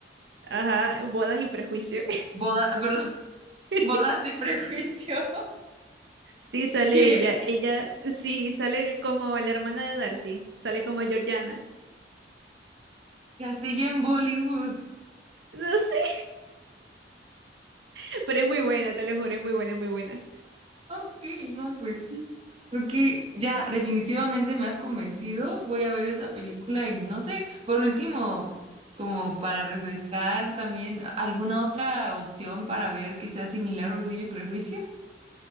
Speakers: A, on the right; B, on the right.
A: ajá, Bodas y Prejuicio.
B: Boda, <laughs> perdón,
A: <laughs>
B: Bodas y Prejuicios. <laughs>
A: Sí, sale
B: ¿Qué?
A: ella, ella, sí, sale como la hermana de Darcy, sale como Georgiana.
B: Y así en Bollywood.
A: No sé, <laughs> pero es muy buena, te lo juro, es muy buena, es muy buena.
B: Ok, no, pues.
A: Mm.
B: Creo que ya definitivamente me has convencido. Voy a ver esa película y no sé, por último, como para refrescar también, ¿alguna otra opción para ver que sea similar a Orgullo y Prejuicio?